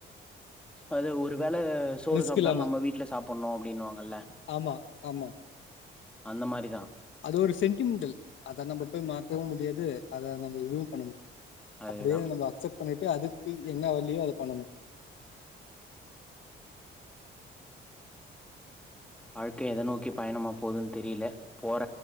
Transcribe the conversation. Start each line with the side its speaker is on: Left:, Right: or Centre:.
Centre: அது ஒருவேள ஸ் சோறு
Left: ரிஸ்க்
Centre: சாப்ட்டாலும்
Left: இல்லாம
Centre: நம்ம வீட்ல சாப்புட்ணோ அப்புடின்னுவாங்கல்ல
Left: ஆமா ஆமா
Centre: அந்த மாரி தா
Left: அது ஒரு சென்டிமென்டல் அத நம்ப போய் மாத்தவும் முடியாது அத நம்ப இதுவும் பண்ண
Centre: அதேதான்
Left: <inaudible> அப்புடியே நம்ப அக்செப்ட் பண்ணிட்டு அதுக்கு என்ன வழியோ அத பண்ணணும்
Centre: வாழ்க்கை எத நோக்கி பயணமா போதுன்னு தெரியில போற